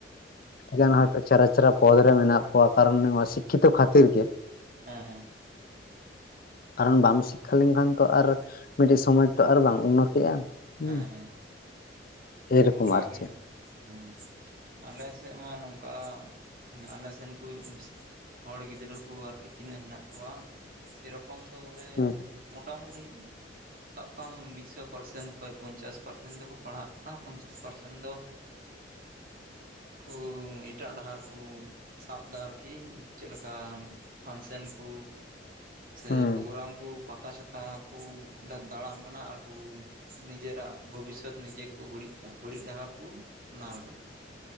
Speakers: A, on the left (about 50°); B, on the right (about 50°).
A: ᱟᱹᱰᱤ ᱜᱟᱱ ᱦᱚᱭᱛᱚ ᱪᱮᱦᱨᱟ ᱪᱮᱦᱨᱟ ᱯᱚᱫᱽ ᱨᱮ ᱢᱮᱱᱟᱜ ᱠᱚᱣᱟ ᱠᱟᱨᱚᱱ ᱱᱚᱣᱟ ᱥᱤᱠᱠᱷᱤᱛᱚ ᱠᱷᱟᱹᱛᱤᱨ ᱜᱮ
B: ᱦᱮᱸ ᱦᱮᱸ
A: ᱠᱟᱨᱚᱱ ᱵᱟᱢ ᱥᱤᱠᱠᱷᱟ ᱞᱮᱱᱠᱷᱟᱱ ᱛᱚ ᱟᱨ ᱢᱤᱫᱴᱮᱱ ᱥᱚᱢᱟᱡᱽ ᱛᱚ ᱟᱨ ᱵᱟᱝ ᱩᱱᱱᱚᱛᱤᱜ-ᱟ ᱦᱩᱸ
B: ᱦᱮᱸ ᱦᱮᱸ
A: ᱮᱭᱨᱚᱠᱚᱢ
B: ᱚᱱᱠᱟ
A: ᱟᱨ
B: ᱜᱤ
A: ᱪᱮᱫ
B: ᱦᱮᱸ ᱟᱞᱮ ᱥᱮᱫ ᱢᱟ ᱱᱚᱝᱠᱟ ᱟᱞᱮ ᱥᱮᱱ ᱠᱩᱡ ᱦᱚᱲ ᱜᱤᱫᱽᱨᱟᱹ ᱠᱚ ᱟᱨᱠᱤ ᱛᱤᱱᱟᱹᱜ ᱦᱮᱱᱟᱜ ᱠᱚᱣᱟ ᱥᱮᱨᱚᱠᱚᱢ ᱫᱚ ᱵᱚᱞᱮ
A: ᱦᱩᱸ
B: ᱢᱚᱴᱟᱢᱩᱴᱤ ᱥᱟᱵ ᱠᱟᱢ ᱢᱤᱫᱥᱚ ᱯᱟᱨᱥᱮᱱ ᱠᱷᱚᱱ ᱚᱠᱚᱭ ᱯᱚᱸᱧᱪᱟᱥ ᱯᱟᱨᱥᱮᱱ ᱫᱚᱵᱚᱱ ᱯᱟᱲᱦᱟᱜ ᱠᱟᱱᱟ ᱯᱚᱸᱧᱪᱟᱥ ᱯᱟᱨᱥᱮᱱ ᱫᱚ ᱠᱩᱢ ᱮᱴᱟᱜ ᱰᱟᱦᱟᱨ ᱠᱩ ᱥᱟᱵ ᱫᱟ ᱟᱨᱠᱤ ᱪᱮᱫ ᱞᱮᱠᱟ᱾ ᱯᱷᱟᱱᱥᱮᱱ ᱠᱩ ᱥᱮ
A: ᱦᱩᱸ
B: ᱯᱨᱳᱜᱨᱟᱢ ᱠᱚ ᱯᱟᱛᱟ ᱪᱷᱟᱛᱟ ᱠᱚ ᱚᱸᱰᱮ ᱫᱟᱲᱟᱱ ᱠᱟᱱᱟ ᱟᱨᱠᱩ ᱱᱤᱡᱮᱨᱟᱜ ᱵᱷᱚᱵᱤᱥᱚᱛ ᱱᱤᱡᱮᱠᱚ ᱵᱟᱹᱲᱤᱡ ᱫᱟ ᱵᱟᱹᱲᱤᱡ ᱰᱟᱦᱟᱨ ᱠᱩ ᱟᱯᱱᱟᱨ ᱫᱟ